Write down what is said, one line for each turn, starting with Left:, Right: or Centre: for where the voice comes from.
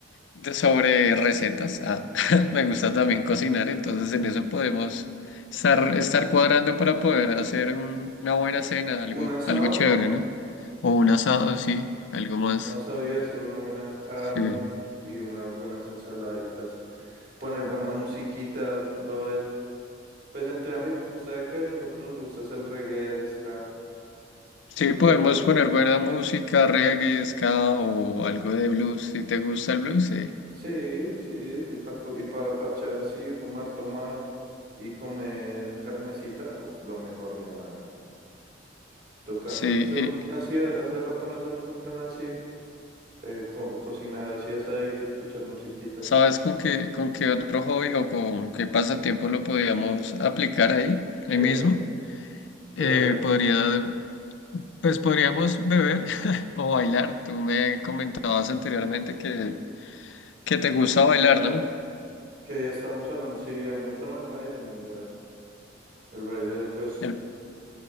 Left: de- sobre recetas. Ah, <laughs> me gusta
Right: Ah,
Left: también cocinar, entonces en eso podemos estar, estar cuadrando para poder hacer un- una buena cena, algo,
Right: Un asado.
Left: algo chévere, ¿no? O un asado, sí, algo más.
Right: No sabía hacer una buena carne
Left: Sí.
Right: y unas buenas ensaladitas. Poner buena musiquita, brother. Pues entre amigos, usted que a nosotros nos gusta hacer el reggae, el ska,
Left: Sí,
Right: poner
Left: podemos
Right: algo. re-
Left: poner buena música, reggae, ska o algo de blues. Si te gusta el blues, sí.
Right: Sí, sí, y para y para parchar así, fumar, tomar y comer carnecita, uf, lo mejor, mi hermana. Toca,
Left: Sí,
Right: toca hacer
Left: y
Right: un plan así, hace rato no hacemos un plan así, eh, co- cocinar así asadito y escuchar musiquita.
Left: ¿sabes con qué, con qué otro hobby o con qué pasatiempo lo podríamos aplicar ahí, ahí
Right: ¿Qué?
Left: mismo?
Right: ¿Beber?
Left: Eh, podría. Pues podríamos beber <laughs> o bailar. Tú me comentabas anteriormente que, que te gusta bailar, ¿no?
Right: Que ya estamos hablando, sí, a mí me trama el baile, mi brother. El Raider, pues
Left: El-